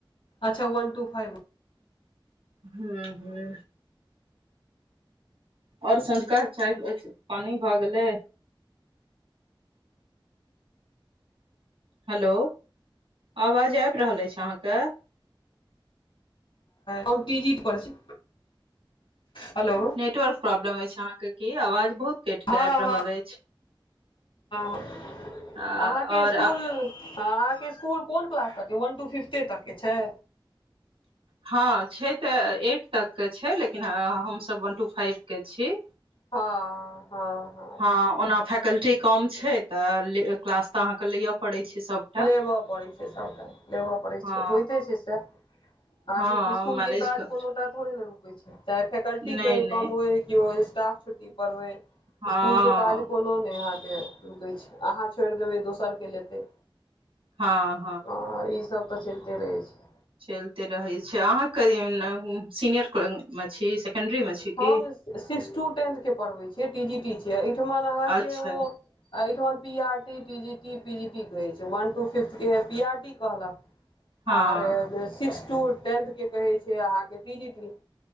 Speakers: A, on the left; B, on the right.
A: अच्छा वन टू फाइव
B: हूँ हूँ और संंझका चाय पानी भए गेलै हेलो आवाज आब रहल एछ अहाँके
A: हम पी जै छी हेलो <unintelligible>
B: नेटवर्क प्रॉब्लम अछि अहाँके कि आवाज बहुत कटिक
A: हँ
B: आब रहल
A: हँ
B: अछि
A: अहाँके
B: आओर
A: इस्कुल हा अहाँ के इसकुल कोन क्लास तक के वन टू फिफ्थे तक के छै
B: हँ छै तऽ एट तक के छै लेकिन हमसभ वन टू फाइव के छी
A: हँ हँ हँ
B: हँ ओना फैकल्टी कम छै तऽ क्लास तऽ अहाँके लेयए पड़ै छै सब
A: लेब पड़ै छै सावटा लेब पड़ै
B: हँ
A: छै होयते छै से अहाँके
B: हँ
A: इसकुल
B: मैनेज
A: के काज
B: कर
A: कोनो टा थोड़े ने रुकै छै चाहे फैकल्टी
B: नहि
A: कही
B: नहि
A: कम होइ केओ स्टाफ छुट्टी पर होइ
B: हँ
A: इसकुलके काज कोनो नहि अहाँके रुकैत छै अहाँ छोड़ि देबै दोसरके लेतै
B: हँ
A: हँ ईसभ तऽ चलिते रहै छै
B: चलिते रहैत छै अहाँ करीयौने सीनियर मे छी सेकेंडरी मे छी
A: हम
B: की
A: सिक्सथ टू टेंथ के पढ़बैत छियै टी जी टी छै एहिठमन अहाँके
B: अच्छा
A: ओ एहिठमन P RT T G T P G T कहे छै वन टू फिफ्थ के पी आर टी कहलक
B: हँ
A: आर सिक्स टू टेन्थ के कहै छै अहाँके टी जी टी